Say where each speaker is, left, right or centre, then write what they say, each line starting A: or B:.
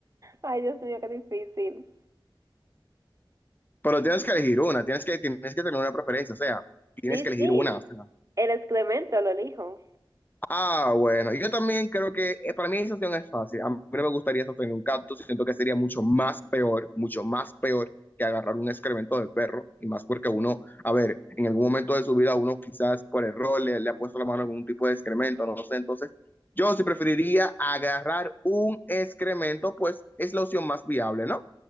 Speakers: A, on the right; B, on the left.
A: Ay, Dios mío, qué difícil.
B: Pero tienes que elegir una, tienes que, tienes que tener una preferencia, o sea, tienes
A: Sí,
B: que elegir
A: sí,
B: una. O sea,
A: el excremento lo elijo.
B: Ah, bueno, yo también creo que eh, para mí esa opción es fácil. A mí no me gustaría sostener un gato, siento que sería mucho más peor, mucho más peor que agarrar un excremento de perro, y más porque uno, a ver, en algún momento de su vida uno quizás por error le, le ha puesto la mano en algún tipo de excremento, no sé, entonces yo sí preferiría agarrar un excremento, pues es la opción más viable, ¿no?